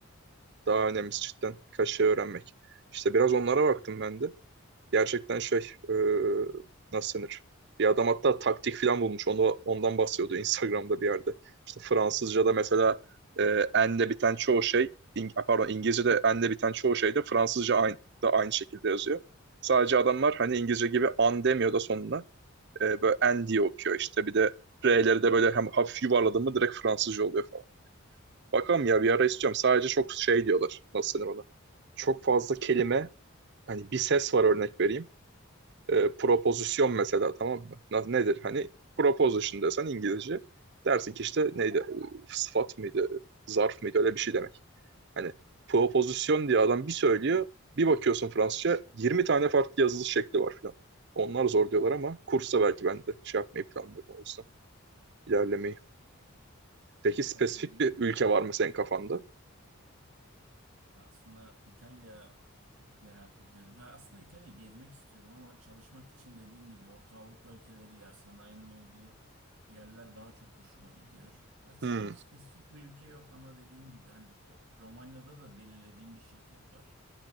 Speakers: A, on the right (about 50°); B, on the right (about 75°).
A: Daha önemlisi cidden birkaç şey öğrenmek. İşte biraz onlara baktım ben de. Gerçekten şey e, nasıl denir? Bir adam hatta taktik falan bulmuş. Onu, ondan bahsediyordu Instagram'da bir yerde. İşte Fransızca'da mesela e, enle biten çoğu şey in, pardon İngilizce'de enle biten çoğu şey de Fransızca aynı, da aynı şekilde yazıyor. Sadece adamlar hani İngilizce gibi an demiyor da sonuna. E, böyle en diye okuyor işte. Bir de R'leri de böyle hem hafif yuvarladım mı direkt Fransızca oluyor falan. Bakalım ya bir ara isteyeceğim. Sadece çok şey diyorlar. Nasıl denir ona? çok fazla kelime hani bir ses var örnek vereyim. E, propozisyon mesela tamam mı? Na- Nedir? Hani proposition desen İngilizce dersin ki işte neydi? E, Sıfat mıydı? Zarf mıydı? Öyle bir şey demek. Hani propozisyon diye adam bir söylüyor. Bir bakıyorsun Fransızca 20 tane farklı yazılış şekli var falan. Onlar zor diyorlar ama kursa belki ben de şey yapmayı planlıyorum o yüzden. ilerlemeyi. Peki spesifik
B: Ya dediğin
A: bir
B: gibi
A: ülke var mı senin kafanda?
B: Ya Aslında İtalya çok merak ediyorum. Ha, aslında İtalya'yı gezmek istiyorum ama çalışmak için dediğim gibi Orta Avrupa ülkeleri yer sanayinin olduğu yerler daha çok hoşuma gidiyor. Aslında
A: Hmm,
B: şu an spesifik bir ülke yok ama dediğim gibi hani o- Romanya'da da belirlediğim bir şirket var.